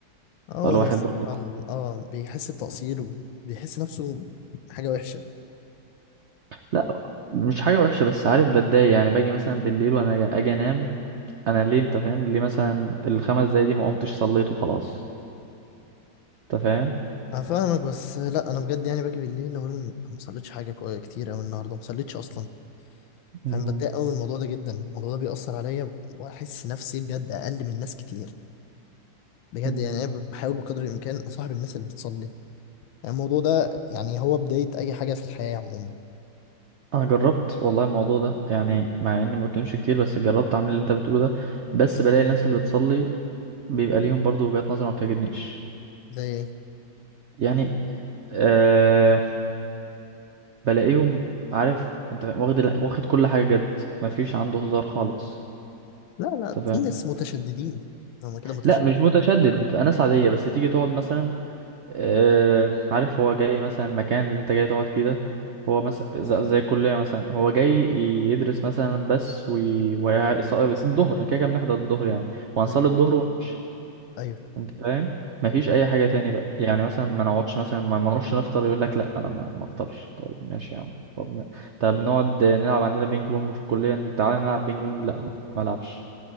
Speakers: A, on the left; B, on the right.
A: اه
B: فالواحد
A: هو الناس
B: برضو
A: ال- اه بيحس بتقصير وبيحس نفسه حاجة وحشة
B: لا مش حاجة وحشة بس عارف بتضايق يعني باجي مثلا بالليل وأنا أجي أجي أنام انا ليه انت فاهم ليه مثلا الخمس دقايق دي ما قمتش صليت وخلاص انت فاهم
A: أنا فاهمك بس لا أنا بجد يعني باجي بالليل أقول أنا ما صليتش حاجة كوي- كتير أوي النهاردة ما صليتش أصلا فاهم
B: مم.
A: بتضايق أوي من الموضوع ده جدا الموضوع ده بيأثر عليا وأحس نفسي بجد أقل من ناس كتير بجد
B: مم.
A: يعني أنا بحاول بقدر الإمكان أصاحب الناس اللي بتصلي يعني الموضوع ده يعني هو بداية أي حاجة في الحياة عموما
B: انا جربت والله الموضوع ده يعني مع اني ما بتكلمش كتير بس جربت اعمل اللي انت بتقوله ده بس بلاقي الناس اللي بتصلي بيبقى ليهم برضو وجهات نظر ما بتعجبنيش
A: زي إيه؟
B: يعني آه بلاقيهم عارف انت فاهم؟ واخد ال- واخد كل حاجه جد ما فيش عنده هزار خالص
A: لا لا
B: انت
A: في
B: فاهم
A: ناس متشددين هما كده متشدد
B: لا مش متشدد بتبقى ناس عاديه بس تيجي تقعد مثلا آه، عارف هو جاي مثلا المكان اللي انت جاي تقعد فيه ده هو مثلا ز- زي الكلية مثلا هو جاي يدرس مثلا بس وي... وي... الظهر كده كده بنحضر الظهر يعني وهنصلي
A: مم.
B: الظهر ونمشي
A: أيوه
B: انت فاهم مفيش اي حاجة تاني بقى يعني مثلا ما نقعدش مثلا ما, ما نروحش نفطر يقول لك لا انا ما ما افطرش طيب ماشي يا عم طب, ن- طب نقعد نلعب عندنا بينج بونج في الكلية تعالى نلعب بينج بونج لا ما العبش